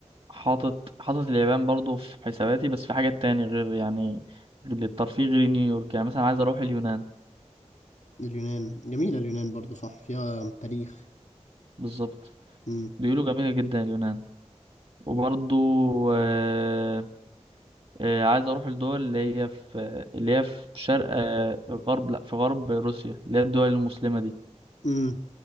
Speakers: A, on the right; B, on the left.
A: حاطط حاطط اليابان برضو في حساباتي بس في حاجات تاني غير يعني غير الترفيه غير نيويورك يعني مثلا عايز اروح اليونان
B: اليونان جميلة اليونان برضو صح فيها تاريخ
A: بالظبط
B: امم
A: بيقولوا جميلة جدا اليونان وبرضو آه، آه، عايز اروح الدول اللي هي في اللي هي في شرق آه، غرب لا في غرب روسيا اللي هي الدول المسلمة دي
B: امم